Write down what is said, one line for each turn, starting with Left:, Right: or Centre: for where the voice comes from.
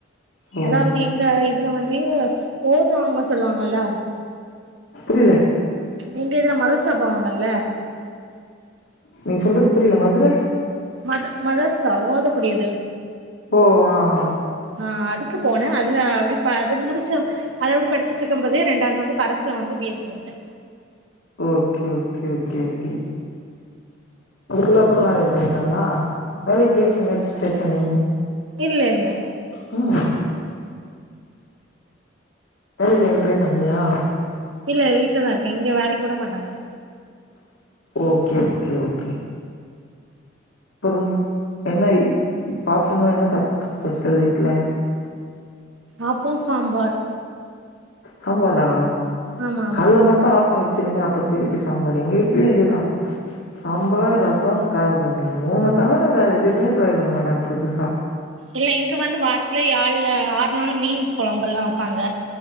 Left: ஓ
Right: அதாவது எங்க இப் இங்க வந்து ஓதுவாங்க சொல்லுவாங்கல்ல
Left: புரியல
Right: எங்க இதுல மதர்ஸா போவாங்கல்ல
Left: நீங்க சொல்றது புரியல மதுர
Right: மத மதர்சா ஓதக்கூடியது
Left: ஓ ஆ ஆ
Right: ஆ அதுக்கு போனே அதுல அப்டி படிப் அது முடிச்ச அது அப்டி படிச்சிட்டு இருக்கும் போதே ரெண்டாவது வந்து கரஸ்சுல வந்து பி எஸ் ஸி படிச்சே
Left: ஓகே ஓகே ஓகே ஓகே அதுக்குள்ள அப்பறோ வேலைக்கி போய்ட்டாங்களா வேலைக்கு கேக்கலா எங்கயாச்சி ட்ரை பண்ணி
Right: இல்ல இல்ல
Left: ம் வேலைக்கி எங்கயு ட்ரை பண்ணலையா
Right: இல்ல வீட்லதா இருக்கே இங்க வேலைக்கி விட மாட்டாங்க
Left: ஓகே ஓகே ஓகே அப்புறம் என்ன இப்ப ஆப்டர்நூன் என்ன சாப் ஸ்பெஷல் வீட்ல
Right: ஆப்போ சாம்பார்
Left: சம்பாரா
Right: ஆமா ஆமா
Left: காலேல மட் இப்ப ஆப்போ வெச்சிர்றீங்க அப்பறோ திருப்பி சாம்பார் எங்க வீட்லயு இதேதா சாம்பார்
Right: ம்.
Left: ரசம் <inaudible> இந்த மூணு தவிர வேற எதுவுமே ட்ரை பண்ண மாட்டாங்க புதுசா
Right: இல்ல இங்க வந்து வாரத்துல யாழ்ல ஆறு நாள் மீன் கொழம்பெல்லா வப்பாங்க